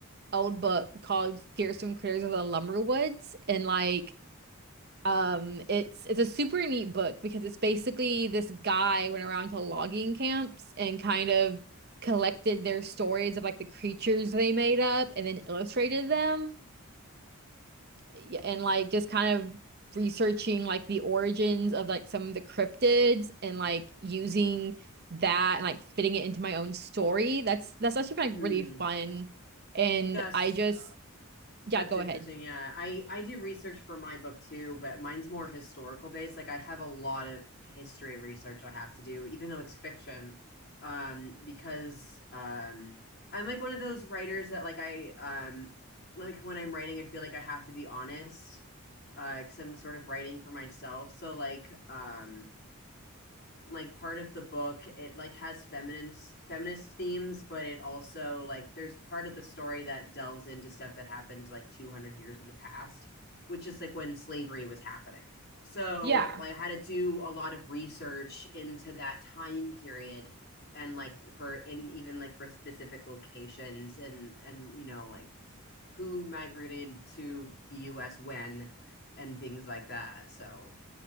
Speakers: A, on the right; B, on the left.
A: old book called Fearsome Critters of the Lumberwoods, and like um, it's it's a super neat book because it's basically this guy went around to logging camps and kind of collected their stories of like the creatures they made up and then illustrated them yeah, and like just kind of researching like the origins of like some of the cryptids and like using that and like fitting it into my own story. That's that's actually been like
B: Mm.
A: really fun. And
B: Yes,
A: I just yeah,
B: That's
A: go
B: interesting.
A: ahead.
B: Yeah. I I do research for my book too, but mine's more historical based. Like I have a lot of history research I have to do, even though it's fiction. Um, because um I'm like one of those writers that like I um like when I'm writing, I feel like I have to be honest, uh, because I'm sort of writing for myself. So like um like part of the book it like has feminist feminist themes but it also like there's part of the story that delves into stuff that happened like 200 years in the past which is like when slavery was happening so
A: Yeah.
B: like, i had to do a lot of research into that time period and like for in even like for specific locations and and you know like who migrated to the us when and things like that so